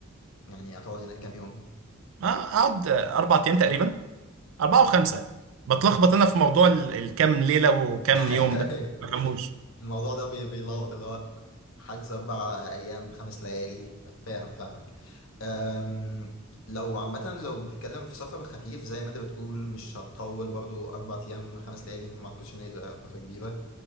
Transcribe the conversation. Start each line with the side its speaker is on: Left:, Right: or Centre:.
Left: يعني هتقعد هناك كام يوم
Right: آه، اقعد آه، اربع ايام تقريبا اربعه وخمسه بتلخبط انا في موضوع ال- الكام ليله وكام
Left: <laughs>
Right: يوم ده ما بفهموش
Left: الموضوع ده بي- بيلخبط اللي هو حجز أربع أيام بخمس ليالي فاهم فاهمك أم، لو عامة لو بتتكلم في سفر خفيف زي ما أنت بتقول مش هتطول برضو أربع أيام خمس ليالي ما أعتقدش إن هي تبقى فترة كبيرة